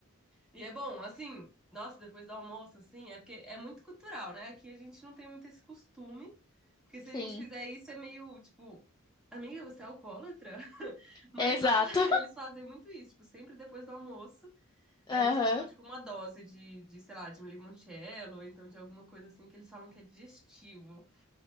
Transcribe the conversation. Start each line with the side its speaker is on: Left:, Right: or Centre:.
Centre: E é bom, assim, nossa, depois do almoço, assim, é porque é muito cultural, né? Aqui a gente não tem muito esse costume, porque se a
Left: Sim,
Centre: gente fizer isso é meio, tipo, amiga, você é alcoólatra? <laughs> Mas
Left: exato.
Centre: lá <laughs> eles fazem muito isso, tipo, sempre depois do almoço. Aí
Left: <laughs> Aham.
Centre: eles tomam, tipo, uma dose de, de, sei lá, de um limoncello, ou então de alguma coisa assim que eles falam que é digestivo.